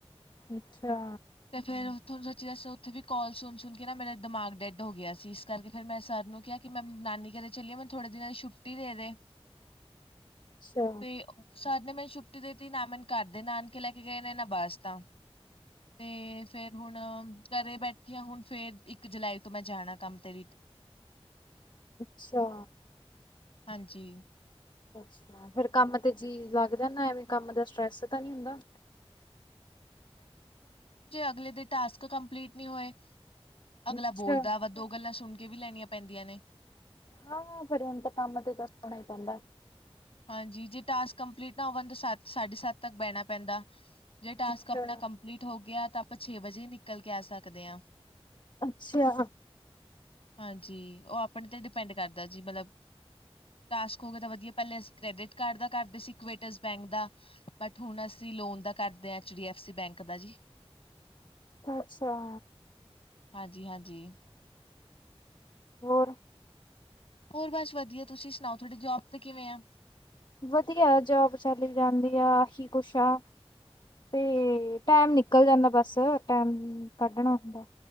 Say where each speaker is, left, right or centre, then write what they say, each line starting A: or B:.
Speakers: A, on the left; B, on the left.
A: ਅੱਛਾ।
B: ਤੇ ਫੇਰ ਤੁਹਾਨੂੰ ਸੱਚੀ ਦੱਸੋ ਉੱਥੇ ਵੀ ਕਾਲ ਸੁਣ ਸੁਣ ਕੇ ਨਾ ਮੇਰੇ ਦਿਮਾਗ ਡੈਡ ਹੋ ਗਿਆ ਸੀ ਇਸ ਕਰਕੇ ਫਿਰ ਮੈਂ ਸਰ ਨੂੰ ਕਿਹਾ, ਕਿ ਮੈਂ ਨਾਨੀ ਕਦੇ ਚੱਲੀਏ ਮੈਨੂੰ ਥੋੜੇ ਦਿਨਾਂ ਦੀ ਛੁੱਟੀ ਦੇ
A: ਅੱਛਾ
B: ਤੇ ਸਾਰੇ ਨਾ ਮੈਨੂ ਛੁੱਟੀ ਦੇਤੀ, ਨਾ ਮੈਨੂੰ ਘਰ ਦੇ ਨਾ ਆਣ ਕੇ ਲੈ ਕੇ ਗਏ ਨੇ, ਨਾ ਬੱਸ ਤਾਂ ਤੇ ਫੇਰ ਹੁਣ ਘਰੇ ਬੈਠੇ ਆ ਹੁਣ ਫੇਰ ਇੱਕ ਜੁਲਾਈ ਤੂੰ ਮੈਂ ਜਾਣਾ ਕੰਮ ਤੇ
A: ਅੱਛਾ।
B: ਹਾਂਜੀ।
A: ਅੱਛ ਫਿਰ ਕੰਮ ਤੇ ਜੀ ਲੱਗ ਜਾਂਦਾ ਐਵੇ ਕੰਮ ਦਾ ਸਟਰ੍ਰੈਸ ਤਾਂ ਨਹੀਂ ਹੁੰਦਾ?
B: ਅਗਲੇ ਟਾਸਕ ਕੰਪਲੀਟ ਨੀ ਹੋਏ। ਅਗਲਾ
A: ਅੱਛਾ
B: ਬੋਲਦਾ ਵਾ ਦੋ ਗੱਲਾਂ ਸੁਣ ਕੇ ਵੀ ਲੈਣੀਆਂ ਪੈਂਦੀਆਂ ਨੇ
A: ਹਾਂ ਫਿਰ ਹੁਣ ਤਾਂ ਕੰਮ ਤੇ ਤਾਂ ਸਣਾ ਹੀ ਪੈਂਦਾ
B: ਹਾਂਜੀ ਜੇ ਟਾਸਕ ਕੰਪਲੀਟ ਨਾ ਹੋਵਣ ਸੱਤ ਸਾਢੇ ਸੱਤ ਤੱਕ ਬਹਿਣਾ ਪੈਂਦਾ ਜੇ ਟਾਸਕ
A: ਅੱਛਾ।
B: ਆਪਣਾ ਕੰਪਲੀਟ ਹੋ ਗਿਆ ਤਾਂ ਆਪਾਂ ਛੇ ਵਜੇ ਨਿਕਲ ਕੇ ਆ ਸਕਦੇ ਆ।
A: ਅੱਛਾ।
B: ਹਾਂਜੀ ਉਹ ਆਪਣੇ ਤੇ ਡਿਪੈਂਡ ਕਰਦਾ ਜੀ ਮਤਲਬ ਟਾਸਕ ਹੋ ਗਏ ਤਾਂ ਵਧੀਆ ਪਹਿਲੇ ਅਸੀਂ ਕ੍ਰੈਡਿਟ ਕਾਰਡ ਦਾ ਕਰਦੇ ਸੀ ਇਕੁਟਸ ਬੈਂਕ ਦਾ ਬਟ ਹੁਣ ਅਸੀਂ ਲੋਨ ਦਾ ਕਰਦੇ ਹਾਂ H D F C bank ਦਾ ਜੀ।
A: ਅੱਛਾ।
B: ਹਾਂਜੀ-ਹਾਂਜੀ
A: ਹੋਰ
B: ਹੋਰ ਬਸ ਵਧੀਆ ਤੁਸੀਂ ਸੁਣਾਓ ਤੁਹਾਡੇ ਜੋਬ ਤੇ ਕਿਵੇਂ ਆ
A: ਵਧੀਆ ਜੋਬ ਚੱਲ ਜਾਂਦੀ ਆ ਆਹੀ ਕੁੁਸ਼ਾ ਅਤੇ ਟਾਈਮ ਨਿਕਲ ਜਾਂਦਾ ਬਸ ਟਾਈਮ ਕੱਢਣਾ ਹੁੰਦਾ